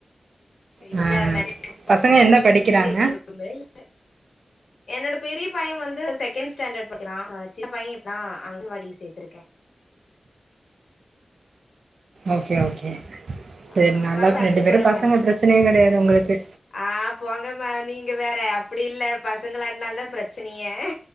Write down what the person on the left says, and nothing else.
இல்ல
<unintelligible>
எதுமே இல்ல என்னோட பெரிய பையன் வந்து செகண்ட் ஸ்டாண்டர்ட் படிக்கிறான் ஆ சின்ன பையன் இப்தா ஆ அங்கன் வாடில சேத்திருக்கே
ஆ
பரவா
எப்டி
போறாங்க
ஆ போங்கமா நீங்க வேற அப்டி இல்ல பசங்களனாலதா பிரச்சனையே